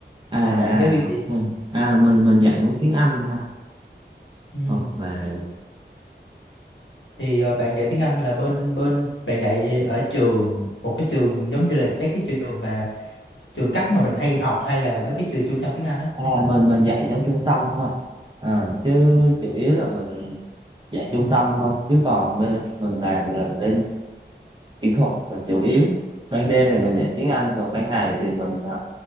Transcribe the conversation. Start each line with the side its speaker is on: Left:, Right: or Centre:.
Right: À,
Left: còn bạn giáo
Right: à,
Left: viên
Right: ok.
Left: chị
Right: À, mình mình dạy môn tiếng Anh ha.
Left: ừ.
Right: Ờ, mà
Left: thì ờ, bạn dạy tiếng Anh là bên bên bạn dạy ở trường một cái trường giống như là mấy cái trường mà trường cấp mà mình hay học hay là mấy cái trường trung tâm tiếng Anh á
Right: à, mình mình dạy trong trung tâm ha. À, chứ
Left: Ừ.
Right: chủ yếu là mình dạy trung tâm thôi. Chứ còn bên mình làm là bên kỹ thuật là chủ yếu. Ban đêm thì mình dạy tiếng Anh, còn ban ngày thì mình à,